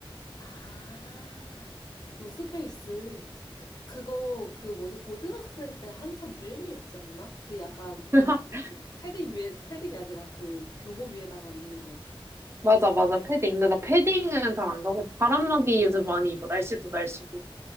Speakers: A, on the left; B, on the right.
A: 아, 노스페이스. 그, 그거, 그 뭐지, 고등학생 때 한참 유행이었지 않나? 그 약간,
B: <laughs>
A: 패- 패딩 위에, 패딩이 아니라 그 교복 위에다가 입는 거.
B: 맞아, 맞아, 패딩. 근데 나 패딩은 잘 안 사고, 바람막이 요즘 많이 입어. 날씨도 날씨고.